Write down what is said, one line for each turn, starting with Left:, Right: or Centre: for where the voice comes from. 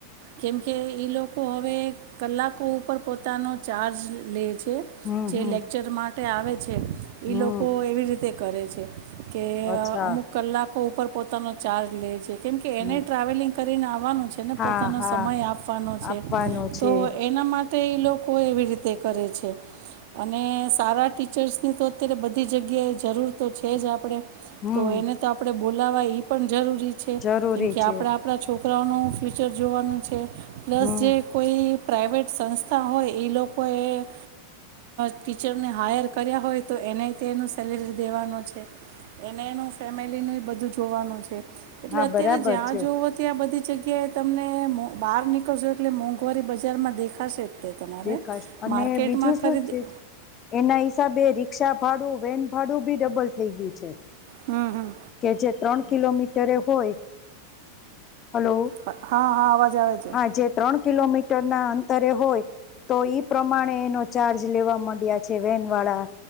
Right: કેમકે એ લોકો. લોકો હવે કલાકો ઉપર પોતાનો ચાર્જ લે છે.
Left: હમ
Right: છે
Left: હમ
Right: જે લેક્ચરમાં માટે આવે છે.
Left: હમ
Right: ઈ લોકો એવી રીતે. તે કરે છે. કે
Left: અચ્છા
Right: અમુક કલાક. ઉપર પોતાનો ચાર્જ લે છે કેમ કે
Left: હમ
Right: એને ટ્રાવેલિંગ કરીને આવવાનું છે ને
Left: હા
Right: પોતાનો
Left: હા
Right: સમય આપવાનો છે
Left: આપવાનો છે
Right: તો એના માટે એ લોકો એવી રીતે કરે છે અને સારા ટીચર્સની તો અત્યારે બધી જગ્યાએ જરૂર તો છે જ આપણે
Left: હમ
Right: તો એને તો આપડે બોલાવા એ પણ જરૂરી છે.
Left: જરૂરી
Right: કેમ કે આપણા,
Left: છે
Right: આપણા છોકરા છોકરાઓનું ફ્યુચર જોવાનું છે. પ્લસ
Left: હમ
Right: જે કોઈ પ્રાઇવેટ સંસ્થા હોય એ લોકોએ ટીચરને હાયર કર્યા હોય તો એને તેનું સેલેરી દેવાનો છે એને એનું ફેમિલીનું બધું જોવાનું છે. એટલે,
Left: હા
Right: અત્યારે
Left: બરાબર
Right: જ્યાં
Left: છે
Right: જોવું ત્યાં બધી કે, તમને બહાર ની જજો એટલે મોંઘવારી બજારમાં દેખાશે. તે તમારે
Left: દેખાશે અને
Right: માર્કેટમાં
Left: બીજું શું
Right: ખરીદી
Left: છે, એના હિસાબે રિક્ષા ભાડું, વેન ભાડું બી ડબલ થઈ ગયું છે.
Right: હમ હમ
Left: કે જે ત્રણ કિલોમીટરે હોય. હલો
Right: હા હા, અવાજ આવે છે.
Left: હા જે ત્રણ કિલોમીટરના અંતરે હોય તો ઈ પ્રમાણે એનો ચાર્જ લેવા માંડ્યા છે, વેનવાળા.